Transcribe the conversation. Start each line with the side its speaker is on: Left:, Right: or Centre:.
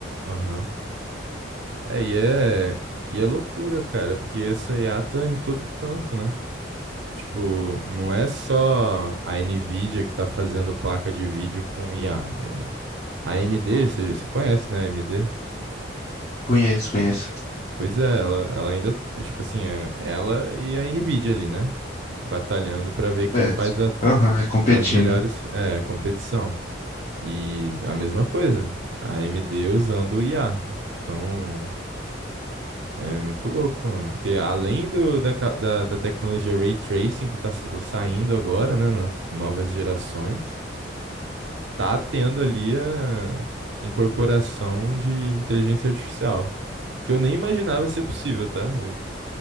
Right: Aham. É, e é, e é loucura, cara, porque essa IA tá em todo canto, né? Tipo, não é só a Nvidia que tá fazendo placa de vídeo com IA. É, A AMD, você, você conhece, né, a AMD?
Left: Conheço, conheço.
Right: Pois é, ela, ela ainda, é, tipo assim, é ela e a Nvidia ali, né? Batalhando pra ver quem
Left: É,
Right: faz a-
Left: aham, é competindo.
Right: as melhores, é, competição. E a mesma coisa, a AMD usando o IA. Então, é muito louco, mano. Porque além do, da, ca- da, da tecnologia Ray Tracing que tá sa- saindo agora, né, nas novas gerações, tá tendo ali a incorporação de inteligência artificial, que eu nem imaginava ser possível, tá? Eu,